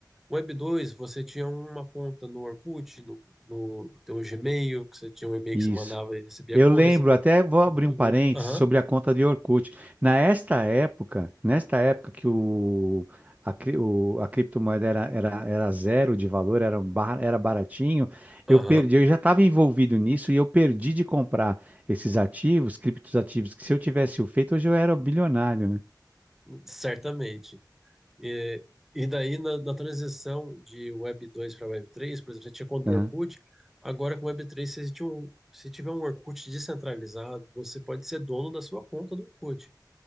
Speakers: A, in the centre; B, on the right.
A: Web 2, você tinha uma conta no Orkut, no, no teu Gmail, que você tinha um e-mail
B: Isso.
A: que você mandava e recebia
B: Eu
A: coisa.
B: lembro, até vou
A: Conta
B: abrir
A: do
B: um parênteses
A: Google. Aham,
B: sobre a conta de Orkut. Nesta época, nesta época que o, a, cri- o- a criptomoeda era, era, era zero de valor, era, bar- era baratinho,
A: aham,
B: eu perdi, eu já estava envolvido nisso e eu perdi de comprar esses ativos, criptos ativos, que se eu tivesse o feito, hoje eu era bilionário, né?
A: certamente. E, e daí, na, na transição de Web 2 para Web 3, por exemplo, você tinha conta do
B: Aham,
A: Orkut, agora com Web 3, você tinha um, se tiver um Orkut descentralizado, você pode ser dono da sua conta do Orkut.